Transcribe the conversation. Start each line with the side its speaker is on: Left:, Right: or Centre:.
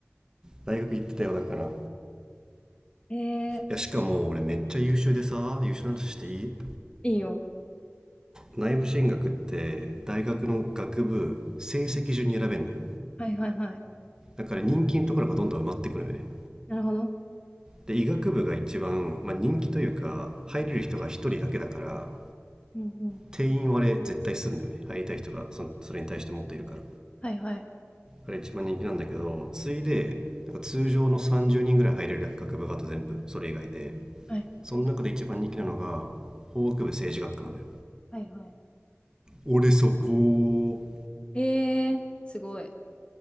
Right: 大学行ってたよだからい
Left: えー、
Right: やしかも俺めっちゃ優秀でさ優秀な話していい
Left: いいよ。
Right: 内部進学って大学の学部成績順に選べんのよ
Left: はいはいはい。
Right: だから人気のところがどんどん埋まってくのよね
Left: なるほど。
Right: で医学部が一番、まあ、人気というか入れる人が一人だけだから
Left: うんうん。
Right: 定員割れ絶対すんだよね入りたい人がそそれに対して持っているから
Left: はいはい。
Right: が一番人気なんだけど次いでなんか通常の30人ぐらい入れる学部があと全部それ以外で
Left: はい。
Right: その中で一番人気なのが法学部政治学科なのよ
Left: はいはい。
Right: 俺そこ
Left: えー、すごい。